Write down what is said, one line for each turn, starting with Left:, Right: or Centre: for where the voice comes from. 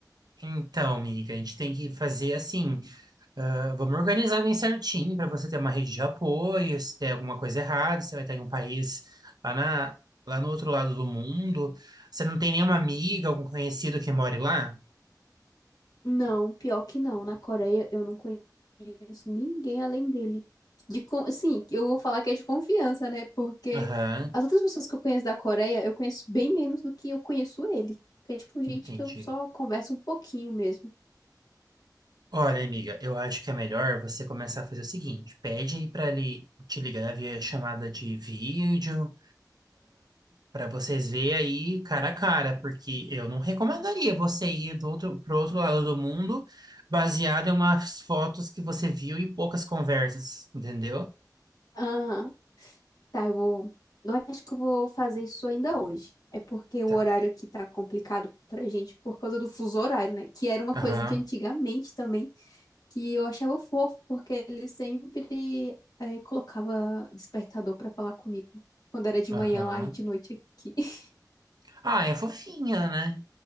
Right: Então, amiga, a gente tem que fazer assim. ah, vamos organizar bem certinho para você ter uma rede de apoio. Se tem alguma coisa errada, você vai estar em um país lá, na, lá no outro lado do mundo. Você não tem nenhuma amiga, algum conhecido que more lá?
Left: Não, pior que não. Na Coreia eu não conheço ninguém além dele. De, con- assim, eu vou falar que é de confiança, né? Porque
Right: Aham,
Left: as outras pessoas que eu conheço da Coreia, eu conheço bem menos do que eu conheço ele. Que é tipo gente
Right: entendi.
Left: que eu só converso um pouquinho mesmo.
Right: Olha, amiga, eu acho que é melhor você começar a fazer o seguinte: pede para ele te ligar via chamada de vídeo, para vocês verem aí cara a cara, porque eu não recomendaria você ir do outro, pro outro lado do mundo baseado em umas fotos que você viu e poucas conversas, entendeu?
Left: Ah, tá, eu vou. Eu acho que eu vou fazer isso ainda hoje. É porque o
Right: Tá.
Left: horário aqui tá complicado pra gente por causa do fuso horário, né? Que era uma
Right: Aham,
Left: coisa de antigamente também. que eu achava fofo, porque ele sempre eh, colocava despertador pra falar comigo. Quando era de
Right: aham.
Left: manhã lá e de noite aqui. <laughs>
Right: Ah, é fofinha, né?